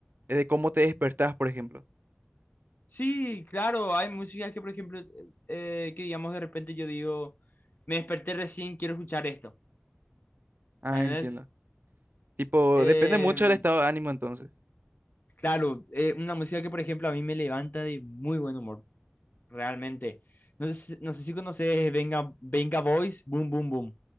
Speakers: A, on the right; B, on the left.
A: eh, de cómo te despertás, por ejemplo.
B: Sí, claro, hay músicas que, por ejemplo, eh, que digamos de repente yo digo, me desperté recién, quiero escuchar esto.
A: Ah,
B: Entonces,
A: entiendo. Tipo,
B: em,
A: depende mucho del estado de ánimo entonces.
B: claro, eh, una música que, por ejemplo, a mí me levanta de muy buen humor, realmente. No sé, si- no sé si conoces Venga, Venga Boys, Boom Boom Boom.